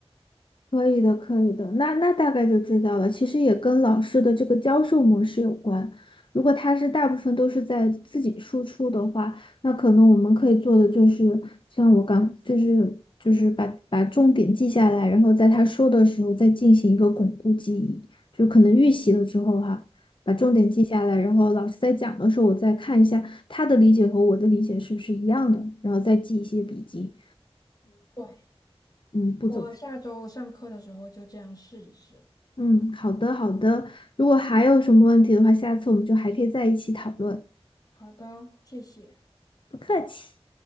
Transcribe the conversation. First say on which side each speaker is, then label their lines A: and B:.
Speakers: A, on the left; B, on the left.
A: 可以的，可以的，那那大概就知道了。其实也跟老师的这个教授模式有关。如果他是大部分都是在自己输出的话，那可能我们可以做的就是，像我刚就是就是把把重点记下来，然后在他说的时候再进行一个巩固记忆，就可能预习了之后哈，把重点记下来，
B: 嗯，
A: 然后老师在讲的时候，我再看一下他的理解和我的理解是不是一样的，然后再记一些笔记，
B: 对，
A: 嗯，不走。
B: 我下周上课的时候就这样试一试。
A: 嗯，好的好的。如果还有什么问题的话，下次我们就还可以在一起讨论。
B: 好的，谢谢。
A: 不客气。